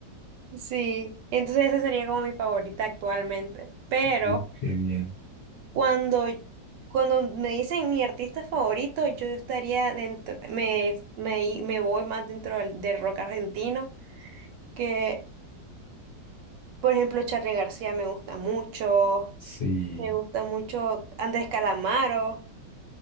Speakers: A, on the right; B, on the left.
A: Sí, entonces esa sería como mi favorita actualmente, pero...
B: Uy, qué bien.
A: Cuando, cuando me dicen mi artista favorito, yo estaría dentro, me, me, i- me voy más dentro del, del rock argentino, que por ejemplo Charly García me gusta mucho,
B: Sí.
A: me gusta mucho Andrés Calamaro,